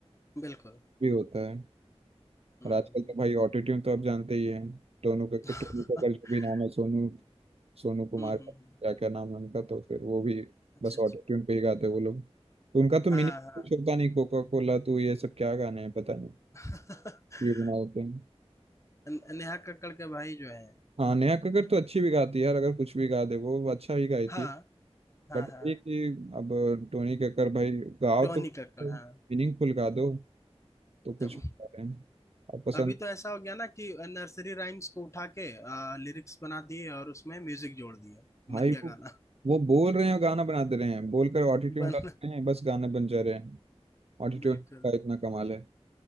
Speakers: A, on the left; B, on the right.
A: बिल्कुल
B: भी होता है
A: हम्म
B: और आजकल
A: हम्म हम्म
B: तो भाई ऑटोट्यून तो आप जानते ही हैं टोनू का
A: <laughs>
B: टोनू का जो भी नाम है सोनू सोनू कुमार
A: हम्म, हम्म,
B: का क्या
A: हम्म,
B: क्या नाम है उनका तो फिर वो भी
A: अच्छा
B: बस
A: अच्छा
B: ऑटोट्यून पे ही गाते हैं वो लोग तो उनका तो मीनिंग
A: हाँ हाँ
B: कुछ होता नहीं कोका कोला तो ये सब क्या गाने हैं पता नहीं
A: <laughs>
B: क्यों बना होते हैं
A: न- नेहा कक्कड़ के भाई जो है
B: हाँ नेहा कक्कड़ तो अच्छी भी गाती है यार अगर कुछ भी गा दे वो वो अच्छा ही गाई थी
A: हाँ हाँ
B: बट
A: हाँ
B: ये कि अब टोनी कक्कर भाई गाओ
A: टोनी
B: तो
A: कक्कड़
B: मीनिंगफुल
A: हाँ
B: गा दो तो कुछ
A: तो
B: गा रहे हैं अब पसंद
A: अभी तो ऐसा हो गया ना कि नर्सरी राइम्स को उठा के लिरिक्स बना दिए और उसमें म्यूजिक जोड़ दिए
B: भाई
A: बन गया
B: वो
A: गाना
B: वो बोल रहे हैं और गाना बना दे रहे हैं बोलकर ऑटोट्यून
A: <laughs> बन
B: डाल रहे हैं बस गाना बन जा रहे हैं ऑटोट्यून
A: बिल्कुल
B: का इतना कमाल है